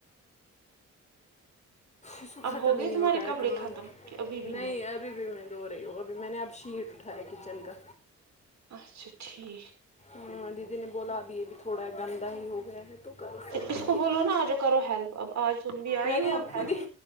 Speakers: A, on the left; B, on the right.
A: اس کو ختم
B: اب ہو گئی
A: ہی نہیں
B: تمہارے
A: ہوتا ہے
B: کپڑے
A: کام
B: ختم کہ ابھی
A: نہیں
B: بھی
A: ابھی ابھی میں دھو رہی ہوں ابھی میں نے اب شیٹ اٹھایا کچن کا
B: اچھا ٹھیک
A: ہاں دیدی نے بولا ابھی یہ بھی تھوڑا گندا ہی ہو گیا ہے تو کر صاف
B: اس کو
A: یہ
B: بولو نا آجو کرو ہیلپ اب آج تم بھی آئی
A: میں
B: ہو
A: نے اب خود
B: ہیلپ
A: ہی